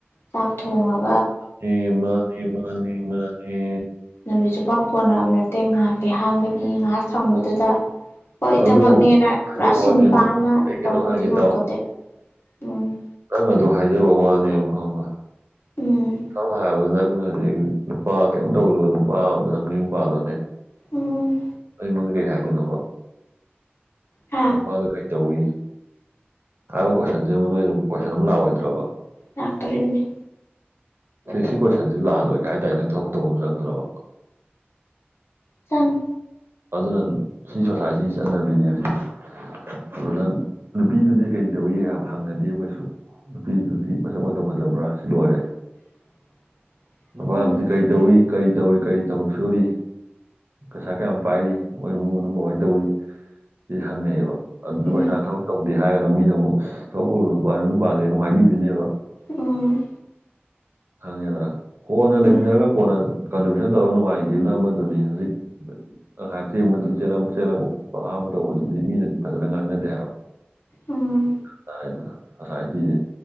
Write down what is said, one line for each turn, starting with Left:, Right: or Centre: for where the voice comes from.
Left: ꯆꯥꯛ ꯊꯣꯡꯉ
Right: ꯃꯥꯅꯦ ꯃꯥꯅꯦ ꯃꯥꯅꯦ ꯃꯥꯅꯦ
Left: ꯅꯨꯃꯤꯠ ꯆꯨꯞꯄꯥꯎ ꯀꯣꯟꯅꯕ ꯅꯠꯇꯦ ꯉꯥꯏꯍꯥꯛꯇꯤ ꯍꯥꯡꯒꯅꯤ ꯉꯥꯏꯍꯥꯛ ꯁꯪꯕꯗꯨꯗ ꯍꯣꯏ ꯊꯕꯛꯅꯦꯅ
Right: ꯑꯗꯨ ꯍꯥꯏꯖꯕ
Left: ꯄꯨꯔꯥ ꯁꯤꯟ
Right: ꯋꯥꯅꯦ
Left: ꯄꯥꯡꯅ
Right: ꯅꯪ ꯑꯩ
Left: ꯇꯧꯕꯗꯤ
Right: ꯀꯩꯅꯣ ꯍꯥꯏꯒꯦ
Left: ꯉꯝꯄꯣꯠꯇꯦ꯫
Right: ꯇꯥꯎ
Left: ꯎꯝ
Right: ꯅꯪ ꯑꯗꯨ ꯍꯥꯏꯖꯕ ꯋꯥꯅꯦꯕ ꯈꯪꯉꯕ
Left: ꯎꯝ
Right: ꯁꯝꯅ ꯍꯥꯏꯔꯕꯗ ꯅꯪ ꯍꯧꯖꯤꯛ ꯅꯨꯄꯥ ꯀꯩꯝ ꯇꯧꯗꯕ ꯅꯨꯄꯥ ꯑꯃꯗ ꯅꯪ ꯅꯌꯨꯝ ꯄꯥꯥꯟꯂꯣꯅꯦ
Left: ꯎꯝ
Right: ꯑꯩ ꯃꯥꯡꯖꯩ ꯍꯥꯏꯗꯣꯏꯅꯣꯕ
Left: ꯍꯥ
Right: ꯃꯄꯥꯗꯣ ꯀꯩ ꯇꯧꯏ ꯍꯥꯏꯕ ꯀꯣꯏꯁꯟꯁꯤ ꯑꯃ ꯅꯣꯏꯅ ꯀꯣꯏꯁꯟ ꯑꯃ ꯂꯥꯛꯑꯣꯏꯗ꯭ꯔꯕ
Left: ꯂꯥꯛꯇꯣꯔꯤꯕꯅꯤ
Right: ꯁꯤ ꯁꯤ ꯀꯣꯏꯁꯟꯁꯤ ꯂꯥꯛꯍꯜꯂꯣꯏꯒꯦ ꯍꯥꯏꯇꯔꯗꯤ ꯅꯪ ꯊꯕꯛ ꯇꯧꯕ ꯑꯃ ꯆꯪꯗ꯭ꯔꯕ
Left: ꯆꯪ
Right: ꯑꯗꯨꯅ ꯁꯤ ꯁꯣꯁꯥꯏꯇꯤꯒꯤ ꯆꯠꯅꯕꯤꯅꯦ ꯁꯤꯁꯦ ꯑꯗꯣ
Left: ꯎꯝ
Right: ꯅꯪ ꯅꯨꯄꯤꯗꯨꯗꯤ ꯀꯩ ꯇꯧꯏ ꯍꯪꯅꯗꯦꯕ ꯀꯩꯁꯨ ꯅꯨꯄꯤꯗꯨꯗꯤ ꯃꯁꯛ ꯃꯇꯧ ꯐꯖꯕ꯭ꯔꯥ ꯁꯤ ꯂꯣꯏꯔꯦ
Left: <inaudible>
Right: ꯅꯨꯄꯥꯗꯨꯗꯤ
Left: ꯎꯝ
Right: ꯀꯩ ꯇꯧꯏ ꯀꯔꯤ ꯇꯧꯔꯤ ꯀꯔꯤ ꯊꯕꯛ ꯁꯨꯔꯤ ꯄꯩꯁꯥ ꯀꯌꯥꯝ ꯄꯥꯏꯔꯤ ꯃꯣꯏ ꯏꯃꯨꯡ ꯃꯅꯨꯡ ꯀꯃꯥꯏꯅ ꯇꯧꯋꯤ ꯁꯤ ꯍꯪꯅꯩꯌꯦꯕ ꯑꯗꯨꯅ
Left: ꯎꯝ
Right: ꯄꯩꯁꯥ ꯊꯕꯛ ꯇꯧꯗꯤ ꯍꯥꯏꯒꯅ ꯃꯨꯛ ꯃꯤꯅ ꯑꯃꯨꯛ ꯊꯕꯛ ꯇꯧꯗꯕ ꯅꯨꯄꯥꯗ ꯌꯨꯝ ꯄꯥꯜꯂꯦꯅ ꯑꯃꯨꯛ ꯍꯥꯏꯕꯤꯗꯣꯏꯅꯦꯕ
Left: ꯎꯝ
Right: ꯈꯪꯉꯦꯗꯅ ꯀꯣꯟꯅ ꯂꯩꯃꯤꯟꯅꯔꯒ
Left: ꯎꯝ
Right: ꯀꯣꯟꯅ ꯀꯟꯇ꯭ꯔꯤꯕꯌꯨꯁꯟ ꯇꯧꯔꯒ ꯅꯨꯡꯉꯥꯏꯒꯤꯕꯅ ꯑꯃꯗꯨꯅꯤ ꯍꯧꯖꯤꯛ ꯉꯥꯏꯍꯥꯛ ꯆꯦꯡꯕꯗꯨ ꯆꯦꯜꯂꯝꯕ ꯈꯣꯠꯄ ꯑꯍꯥꯟꯕ ꯇꯧꯕꯗꯨꯗꯤ ꯃꯤꯅꯗꯤ ꯐꯖꯅ ꯉꯥꯡꯅꯗꯦ ꯍꯥꯏꯕ
Left: ꯎꯝ
Right: ꯒꯌ꯭ꯥꯟ ꯇꯔꯦꯗꯅ ꯁꯣꯁꯥꯏꯇꯤꯖꯦ